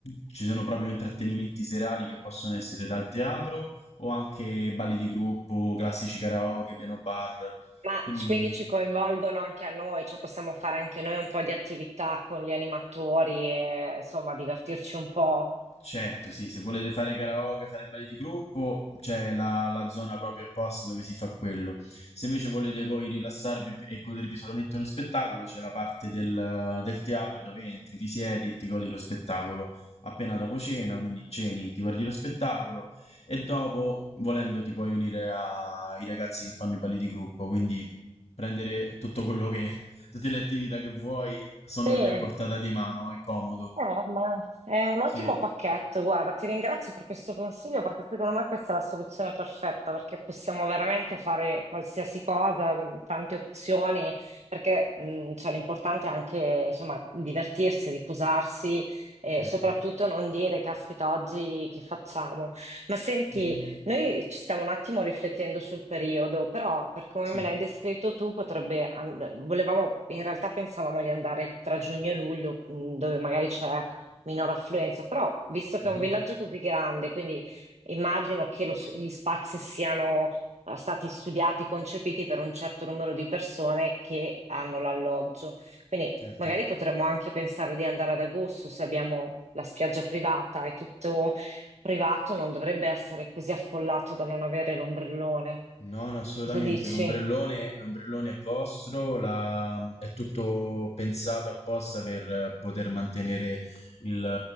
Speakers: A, on the left; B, on the right.
A: ci sono proprio intrattenimenti serali che possono essere dal teatro o anche balli di gruppo, classici karaoke, piano bar,
B: Ma
A: quindi
B: c- quindi ci coinvolgono anche a noi, cioè possiamo fare anche noi un po' di attività con gli animatori e insomma divertirci un po'.
A: Certo, sì, se volete fare karaoke, fare balli di gruppo, c'è la, la zona proprio apposta dove si fa quello. Se invece volete voi rilassarvi e godervi solamente uno spettacolo, c'è la parte del, del teatro dove entri, ti siedi e ti godi lo spettacolo appena dopo cena, quindi ceni, ti guardi lo spettacolo e dopo, volendo, ti puoi unire a- ai ragazzi che fanno i balli di gruppo, quindi prendere tutto quello che, tutte le attività che vuoi sono
B: Sì.
A: lì a portata di mano, è comodo.
B: Eh, ma è un ottimo
A: Sì.
B: pacchetto, guarda, ti ringrazio per questo consiglio perché secondo me questa è la soluzione perfetta perché possiamo veramente fare qualsiasi cosa, mh, tante opzioni, perché mh, cioè, l'importante è anche insomma divertirsi, riposarsi e
A: Certo.
B: soprattutto non dire caspita oggi che facciamo. Ma senti,
A: Mh-mh.
B: noi ci stiamo un attimo riflettendo sul periodo, però per come
A: Sì.
B: me l'hai descritto tu, potrebbe, and- volevamo, in realtà pensavamo di andare tra giugno e luglio, mh, dove magari c'è minor affluenza, però visto che
A: Mh-mh.
B: è un villaggio così grande, quindi immagino che lo s- gli spazi siano eh, stati studiati, concepiti per un certo numero di persone che hanno l'alloggio. Quindi
A: Certo.
B: magari potremmo anche pensare di andare ad agosto se abbiamo la spiaggia privata e tutto privato non dovrebbe essere così affollato da non avere l'ombrellone.
A: No, no, assolutamente.
B: Cosa dici?
A: L'ombrellone, l'ombrellone è vostro, la- è tutto pensato apposta per eh, poter mantenere il,